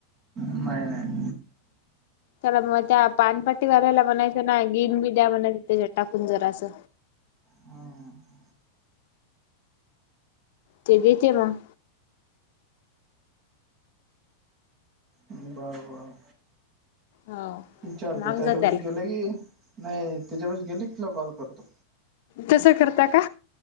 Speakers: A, on the right (about 45°); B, on the left (about 65°).
A: नाही नाही
B: त्याला मग त्या पानपाट्टी वाल्याला म्हणायचं ना गिन बी द्या म्हणायचं त्याच्यात टाकून जरासं
A: हम्म
B: ते देते मग
A: बरं बरं
B: हो
A: विचारतो
B: मांग
A: त्याच्यापे
B: जा त्याला
A: गेले की नाही त्याच्याप गेले तिला कॉल करतो
B: तसं करता का